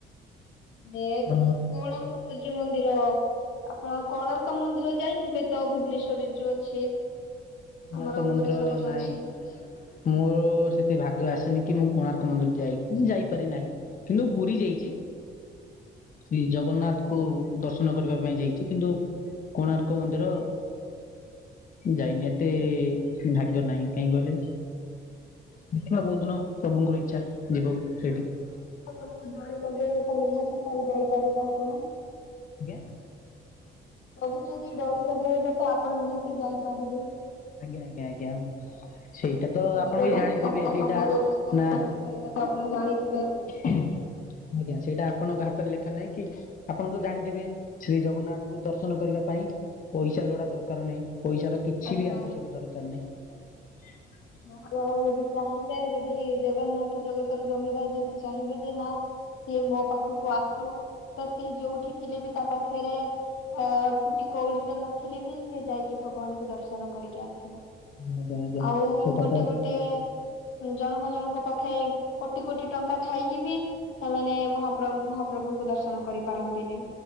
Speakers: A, on the left (about 80°); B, on the left (about 40°).
A: ଏ-ଏ-ଏ-କ୍
B: ତ
A: କୋଣାର୍କ ସୂର୍ଯ୍ୟ ମନ୍ଦିର। ଆପଣ କୋଣାର୍କ ମନ୍ଦିର ଯାଇଥିବେ ତ ଭୁବନେଶୂରରେ ଯୋଉ ଅଛି?
B: କୋଣାର୍କ
A: ଆମର ଭୁବନେଶ୍ଵରରେ
B: ମନ୍ଦିର
A: ଯୋଉ
B: ନାହିଁ।
A: ଅଛି।
B: ମୋ-ଓ-ଓ ସେତିକି ଭାଗ୍ୟ ଆସିନି କି ମୁଁ କୋଣାର୍କ ମନ୍ଦିର ଯାଇ ଯାଇପାରି ନାହିଁ। କିନ୍ତୁ ପୁରୀ ଯାଇଛି। ଶ୍ରୀ ଜଗନ୍ନାଥଙ୍କୁ ଦର୍ଶନ କରିବା ପାଇଁ ଯାଇଛି କିନ୍ତୁ କୋଣାର୍କ ମନ୍ଦିର ଯାଇନି ଏ ଏତେ ଭାଗ୍ୟ ନାହିଁ କାହିଁ କହିଲେ? ଦେଖିବା କୋଉ ଦିନ ପ୍ରଭୁଙ୍କର ଇଛା ଯିବକୁ।
A: ପ୍ରଭୁ କହିଇଛ ପ୍ରଭୁ ଜଡରି ଲଗେଇବେ ତ ନିହାତି ସରି ଯାଇପାରିବେ ଆପଣ।
B: ଆଜ୍ଞା
A: ପ୍ରଭୁ ଯଦି ଡରି ଲଗେଇବ ତ ଆପଣ ନିହାତି ଯାଇପାରିବେ।
B: ଆଜ୍ଞା ଆଜ୍ଞା ଆଜ୍ଞା ସେଇଟା ତ
A: ପୁରୀର
B: ଆପଣ ବି
A: ରଥଯାତ୍ରା
B: ଜାଣିଥିବେ ସେଇଟା
A: ସମଗ୍ର ବିଶ୍ଵରେ
B: ନା
A: ପ୍ରସିଦ୍ଧ ତ ଆପଣକୁ ଜାଣିଥିବେ
B: ଆଜ୍ଞା ସେଇଟା ଆପଣଙ୍କ ହାତରେ ଲେଖା ନାହିଁ କି ଆପଣ ତ ଜାଣିଥିବେ ଶ୍ରୀ ଜଗନ୍ନାଥଙ୍କୁ ଦର୍ଶନ କରିବା ପାଇଁ ପଇସା ଲୋଡା ଦରକାର ନାହିଁ ପଇସାର କିଛି
A: ଆଜ୍ଞା
B: ବି ଆବଶ୍ୟକ
A: ଆ
B: ଦରକାର <inaudible>
A: ମହାବଳ ଯଦି ଚାହିଁବେ ଯଦି ଜଗନ୍ନାଥ ଜଗତରୁ ଜମିଦାର ଯଦି ଚାହିଁବେ ଯେ ନା ସିଏ ମୋ ପାଖକୁ ଆସୁ ତ ସିଏ ଯୋଉଠି ଥିଲେ ବି ତା ପାଖ ଖେରେ ଅ ଫୁଟି କଉଳଡିଟେ ନଥିଲେ ବି ସେ ଯାଇକି ଭଗବାନଙ୍କୁ ଦର୍ଶନ କରିକି ଆସିବ।
B: ଆଜ୍ଞା ଆଜ୍ଞା
A: ଆଉ
B: ସେଇଟା
A: ଗୋଟେ
B: ତ
A: ଗୋଟେ ଜଣଙ୍କ ଜଣଙ୍କ ପାଖେ କୋଟି-କୋଟି ଟଙ୍କା ଥାଇକି ବି ସେମାନେ ମହାପ୍ର ମହାପ୍ରଭୁଙ୍କୁ ଦର୍ଶନ କରିପାରନ୍ତିନି।